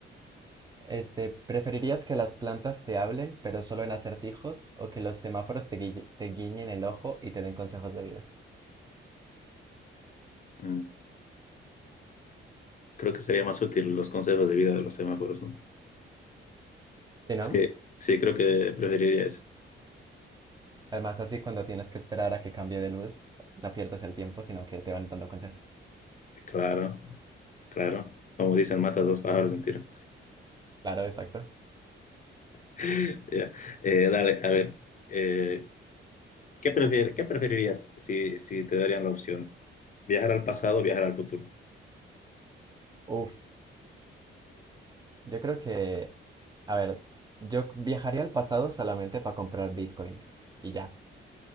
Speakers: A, on the right (about 20°); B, on the left (about 40°).
A: Este, ¿preferirías que las plantas te hablen, pero solo en acertijos, o que los semáforos te guille- te guiñen el ojo y te den consejos de vida?
B: Mm, Creo que sería más útil los consejos de vida de los semáforos, ¿no?
A: Si
B: Sí,
A: no?
B: sí, creo que preferiría eso.
A: Además, así cuando tienes que esperar a que cambie de luz, no pierdes el tiempo, sino que te van dando consejos.
B: Claro, claro. Como dicen, matas dos pájaros de un tiro.
A: Claro, exacto.
B: <laughs> Ya. Eh, dale, a ver, eh, ¿qué prefier- qué preferirías si, si te darían la opción? ¿Viajar al pasado o viajar al futuro?
A: Uf, yo creo que, a ver, yo viajaría al pasado solamente para comprar Bitcoin y ya.